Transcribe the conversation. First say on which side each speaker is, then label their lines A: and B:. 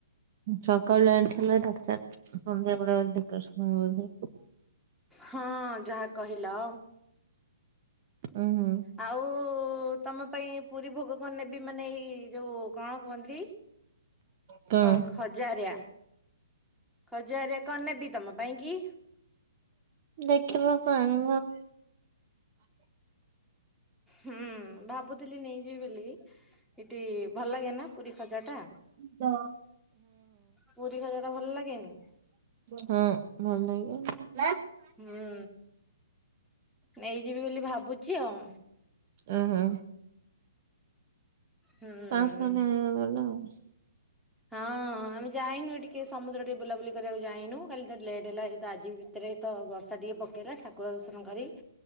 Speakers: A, on the right (about 40°); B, in the centre.
A: ସକାଳେ ଲାଇଟ୍ ଥିଲା ରାତି ଚାରିଟା। ସନ୍ଧ୍ୟା ବଳେ ଦୁଃଖ ସୁଖ ହୁଅନ୍ତି।
B: ହଁ ଯାହା କହିଲ।
A: ଉଁ ହୁଁ।
B: ଆଉ ତମ ପାଇଁ ପୁରୀ ଭୋଗ କଣ ନେବି ମାନେ ଏଇ ଯୋଉ କଣ କୁହନ୍ତି।
A: କଣ
B: ଗଖ। ଖଜାରିଆ ଖଜାରିଆ କଣ ନେବି ତମ ପାଇଁ କି?
A: ଦେଖିଲ ପାଣି।
B: ହୁଁ ଭାବୁଥିଲି ନେଇଯିବି ବୋଲି। ଏଠି ଭଲ ଲାଗେ ନା ପୁରୀ ଖଜା ଟା?
A: ଦ
B: ପୁରୀ ଖଜା ଟା ଭଲ ଲାଗେନି?
A: ହଁ ଭଲ ଲାଗେ।
B: ହୁଁ ନେଇଯିବି ବୋଲି ଭାବୁଛି ଆଉ।
A: ଉଁ ହୁଁ।
B: ହୁଁ
A: <unintelligible>
B: ହଁ ଆମେ ଯାଇନୁ ଏ ଟିକେ ସମୁଦ୍ର ଟିକେ ବୁଲାବୁଲି କରିବାକୁ ଯାଇନୁ କାଲି ତ ଲେଟ୍ ହେଲା। ଏ ତ ଆଜିିବି ସେଥିରେ ତ ବର୍ଷା ଟିକେ ପକେଇଲା ଠାକୁର ଦର୍ଶନ କରି